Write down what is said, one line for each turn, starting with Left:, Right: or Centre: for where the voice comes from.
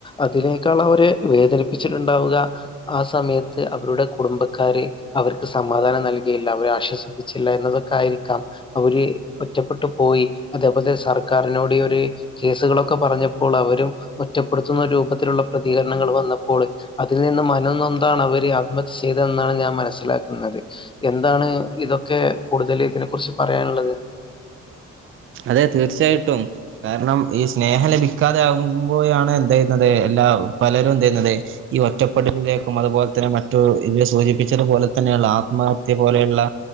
Left: അതിനേക്കാൾ അവര് വേദനിപ്പിച്ചിട്ടുണ്ടാവുക ആ സമയത്ത് അവരുടെ കുടുംബക്കാര് അവർക്ക് സമാധാനം നൽ ല്ലാവരും ശ്വസിപ്പിച്ചില്ലായിരു ന്നതൊക്കെ ആയിരിക്കാം അവര് ഒറ്റപ്പെട്ടു പോയി അതേപോലെ സർക്കാറിനോട് ഈയൊര് കേസുകളൊക്കെ പറഞ്ഞപ്പോൾ അവരും ഒറ്റപ്പെടുത്തുന്ന രൂപത്തിലുള്ള പ്രതികരണങ്ങ വന്നപ്പോൾ അതിൽ നിന്ന് മനം ന്നൊന്താണ് അവര് ആത്മഹത്യ ചെയ്തെന്നാണ് ഞാൻ മനസ്സിലാക്ന്നത് എന്താണ് ഇതൊക്കെ കൂടുതൽ ഇതിനെ കുറിച്ച് പറയാനുള്ളത്
Right: അതെ തീർച്ചയായിട്ടും കാരണം ഈ സ്നേഹ ലഭിക്കാതെ ആകുമ്പോഴാ ണ് എന്ത്‌ ചെയ്യുന്നത് എല്ലാ അഉ പലരും ന്തെന്നത് ഈ ഒറ്റപ്പെടലിലേക്കും അതുപോലെ തന്നെ മറ്റു ഇ സൂചിപ്പിച്ചതുപോലെ തന്നെയള്ള ആത്മഹത്യ പോലെയുള്ള